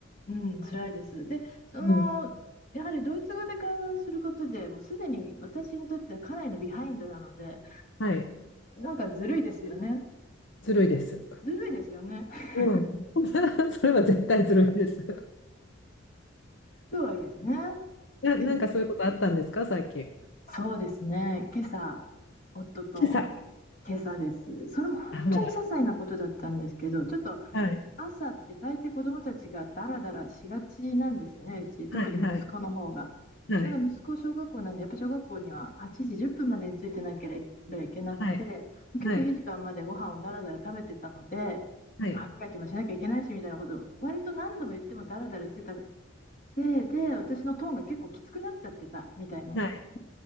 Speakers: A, on the left (about 45°); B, on the left (about 65°).
A: うん、辛いです。で、その、
B: うん。
A: やはりドイツ語で会話をすることで、もうすでに私にとってはかなりのビハインドなので、
B: はい。
A: なんかずるいですよね。
B: ずるいです。
A: ずるいですよね。<laughs>
B: うん。<laughs> それは絶対ずるいです。<laughs>
A: とはいえね。
B: な、
A: え、
B: なんかそういうことあったんですか、最近。
A: そうですね。今朝、夫と
B: 今朝。
A: 今朝です。それも本当に些細なことだったんですけど、
B: あ、まだ。
A: ちょっと
B: はい。
A: 朝って大抵子供たちがダラダラしがちなんですよね、うち。特に息子の方が。
B: はい。はい。はい。
A: ただ息子小学校なんで、やっぱ小学校には8時10分までについてなければいけなくて、
B: はい。
A: 結構いい時間までご飯をダラダラ食べてたので、
B: はい。はい。
A: 歯磨きもしなきゃいけないしみたいなことを割と何度も言ってもダラダラしてたせいで、私のトーンが結構きつくなっちゃってたみたいなんですね。
B: はい。